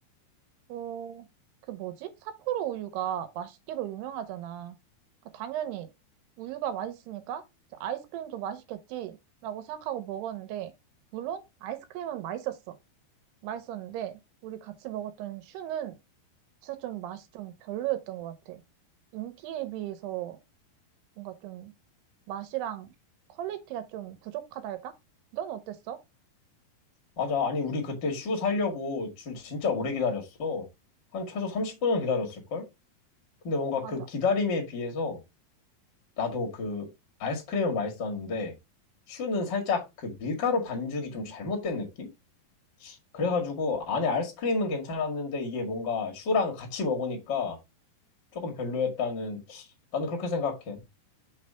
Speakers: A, on the right; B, on the left.
A: 어, 그 뭐지? 삿포로 우유가 맛있기로 유명하잖아. 그 당연히 우유가 맛있으니까 이제 아이스크림도 맛있겠지? 라고 생각하고 먹었는데, 물론 아이스크림은 맛있었어. 맛있었는데, 우리 같이 먹었던 슈는 진짜 좀 맛이 좀 별로였던 것 같아. 인기에 비해서 뭔가 좀 맛이랑 퀄리티가 좀 부족하달까? 넌 어땠어?
B: 맞아. 아니, 우리 그때 슈 살려고 줄 진짜 오래 기다렸어. 한 최소 30분은 기다렸을걸? 근데 뭔가
A: 맞아.
B: 그 기다림에 비해서 나도 그 아이스크림은 맛있었는데 슈는 살짝 그 밀가루 반죽이 좀 잘못된 느낌? 그래가지고 안에 아이스크림은 괜찮았는데 이게 뭔가 슈랑 같이 먹으니까 조금 별로였다는 나는 그렇게 생각해.